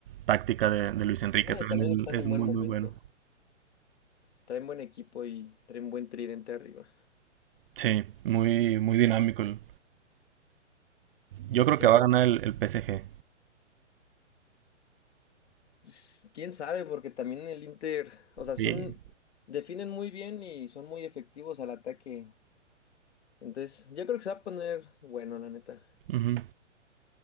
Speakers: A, on the right (about 50°); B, on the left (about 60°).
A: táctica de, de Luis Enrique.
B: No,
A: También
B: y también están
A: él es
B: en
A: muy,
B: buen momento.
A: muy bueno.
B: Traen buen equipo y traen buen tridente arriba.
A: Sí, muy, muy dinámico. el- Yo
B: Sí,
A: creo que va a ganar el, el PSG.
B: S- Quién sabe, porque también el Inter, o sea, son,
A: Sí.
B: definen muy bien y son muy efectivos al ataque. Entonces, yo creo que se va a poner bueno, la neta.
A: Ujú.